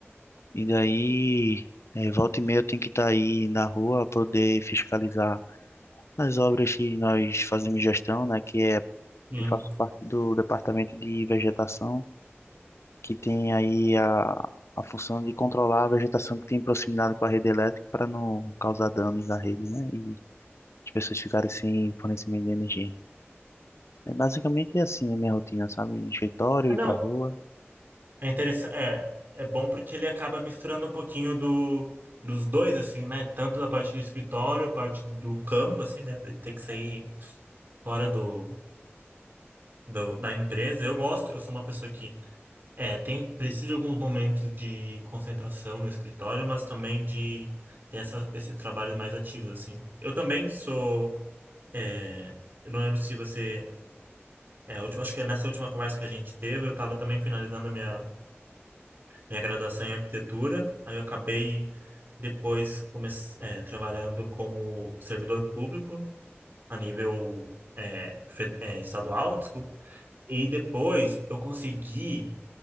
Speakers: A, on the left (about 75°); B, on the right (about 50°).
A: E daí, é, volta e meia eu tenho que estar aí na rua para poder fiscalizar as obras que nós fazemos gestão, né, que é
B: Sim.
A: Eu faço parte do departamento de vegetação, que tem aí a, a função de controlar a vegetação que tem proximidade com a rede elétrica para não causar danos na rede, né? E as pessoas ficarem sem fornecimento de energia. É basicamente assim a minha rotina, sabe? Escritório,
B: Ah,
A: ir
B: não.
A: pra rua,
B: É interessante, é, é bom porque ele acaba misturando um pouquinho do, dos dois, assim, né? Tanto da parte do escritório, a parte do campo, assim, né? De ter que sair fora do, do, da empresa. Eu gosto, eu sou uma pessoa que É, tem, precisa de alguns momentos de concentração no escritório, mas também de ter essa, esses trabalhos mais ativos, assim. Eu também sou, é, eu não lembro se você, é, a última, acho que é nessa última conversa que a gente teve, eu estava também finalizando a minha, minha graduação em arquitetura, aí eu acabei depois comece, é, trabalhando como servidor público a nível é, fe- é, estadual, desculpa, e depois eu consegui